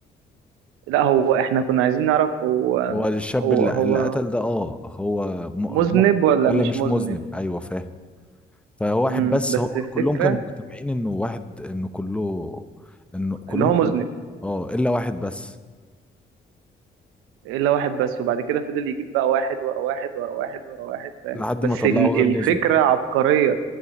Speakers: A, on the right; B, in the centre.
A: لا هو احنا كنا عايزين نعرف هو
B: هو الشاب
A: هو
B: اللي,
A: هو
B: اللي قتل ده اه هو م...
A: مذنب
B: م...
A: ولا
B: ولا
A: مش
B: مش
A: مذنب
B: مذنب ايوه فاهم فهو
A: امم
B: واحد بس
A: بس
B: هو
A: الفكره
B: كلهم كانوا مجتمعين انه واحد انه كله انه كلهم
A: ان هو
B: كانوا
A: مذنب
B: اه الا واحد بس
A: الا واحد بس وبعد كده فضل يجيب بقى واحد ورا واحد ورا واحد ورا واحد فاهم
B: لحد
A: بس
B: ما طلعه
A: ال-
B: غير
A: الفكرة
B: مذنب
A: عبقرية